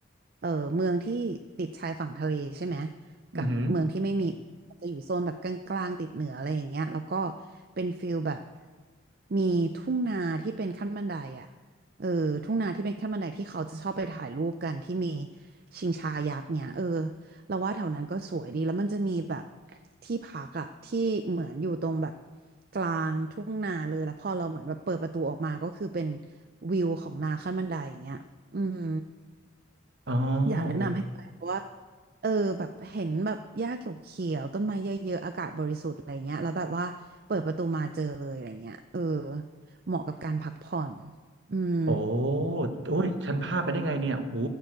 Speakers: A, on the right (about 50°); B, on the right (about 65°).
A: เออเมืองที่ติดชายฝั่งทะเลใช่ไหมกับเมืองที่ไม่มี
B: อือหือ
A: จะอยู่โซนแบบกลางๆติดเหนืออะไรอย่างเงี้ยแล้วก็เป็นฟิลแบบมีทุ่งนาที่เป็นขั้นบันไดอ่ะเออทุ่งนาที่เป็นขั้นบันไดที่เขาจะชอบไปถ่ายรูปกันที่มีชิงช้ายักษ์เนี่ยเออเราว่าแถวนั้นก็สวยดีแล้วมันจะมีแบบที่พักอ่ะที่เหมือนอยู่ตรงแบบกลางทุ่งนาเลยแล้วพอเราเหมือนแบบเปิดประตูออกมาก็คือเป็นวิวของนาขั้นบันไดอย่างเงี้ยอืม
B: อ๋อ
A: อยากแนะนำให้ไปเพราะว่า
B: โอ้
A: เออแบบเห็นแบบหญ้าเขียวๆต้นไม้เยอะๆอากาศบริสุทธิ์อะไรเงี้ยแล้วแบบว่าเปิดประตูมาเจอเลยอะไรเงี้ยเออเหมาะกับการพักผ่อนอืม
B: โอ้โอ้ยฉันพลาดไปได้ไงเนี่ยโอ้โห